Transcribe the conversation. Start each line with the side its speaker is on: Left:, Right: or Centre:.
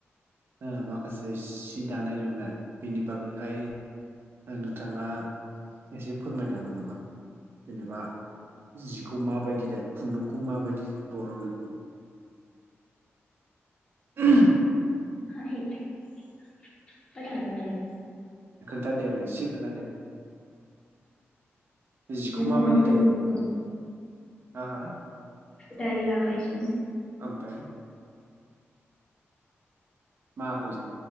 Right: ओ माखासे सि दानाय लुनाय बेनि बागैहाय नोंथाङा एसे फोरमायनो हागोन नामा जेनेबा जिखौ माबायदि दायो खुन्दुंखौ माबायदि बरननो हायो <inaudible>
Left: होथ आं रोंङालै
Right: था देरनैसो खोन्थादे जिखौ
Left: बिबा
Right: माबायदि
Left: माबोरै
Right: दायो
Left: गबोगोन
Right: हा हा
Left: दायो आखायजों
Right: ओमफ्राय मा आखायजों